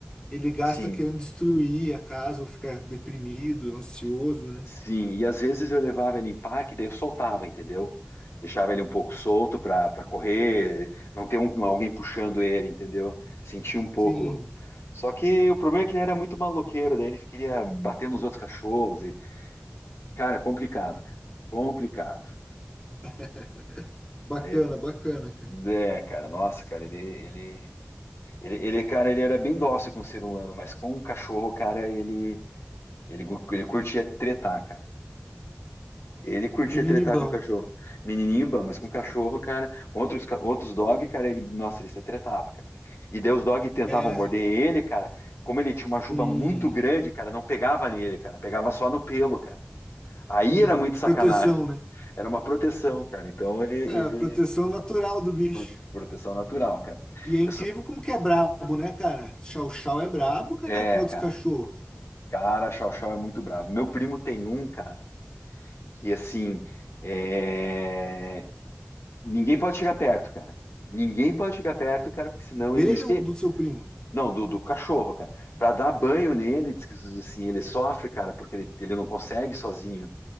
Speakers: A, on the left; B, on the left.
A: ele gasta
B: sim.
A: querendo destruir a casa ou ficar deprimido, ansioso, né?
B: Sim, e às vezes eu levava ele em parque, daí eu soltava, entendeu? Deixava ele um pouco solto para para correr, não ter um, alguém puxando ele, entendeu? Sentia um pouco.
A: Sim,
B: Só que o problema é que ele era muito maloqueiro, daí ele queria bater nos outros cachorros. e- Cara, complicado, cara. Complicado.
A: <laughs> bacana,
B: Aí
A: bacana, cara.
B: é, é, cara, nossa, cara, ele, ele, ele, ele, cara, ele era bem dócil com o ser humano, mas com o cachorro, cara, ele, ele, ele curtia tretar, cara. Ele curtia
A: Menino
B: tretar
A: bom.
B: com cachorro. Menininho, bom, mas com cachorro, cara, com outros, ca- outros dog, cara, ele, nossa, ele se tretava, cara. E daí os dog tentavam
A: É,
B: morder ele, cara. Como ele tinha uma juba
A: sim,
B: muito grande, cara, não pegava nele, cara, pegava só no pelo, cara. Aí
A: sim.
B: era muito
A: É
B: sacanagem.
A: proteção, né?
B: Era uma proteção, cara. Então ele, ele
A: É a proteção natural do bicho.
B: pro- proteção natural, cara.
A: E é incrível
B: Eu só-
A: como que é brabo, né, cara? Chow Chow é brabo, cara,
B: é,
A: com outros
B: cara.
A: cachorros.
B: Cara, Chau Chau é muito bravo. Meu primo tem um, cara, que assim, é, Ninguém pode chegar perto, cara. Ninguém pode chegar perto, cara, porque senão.
A: Dele
B: ele- Isso
A: ou
B: que.
A: do seu primo?
B: Não, do, do cachorro, cara. Pra dar banho nele, diz que assim, ele sofre, cara, porque ele, ele não consegue sozinho.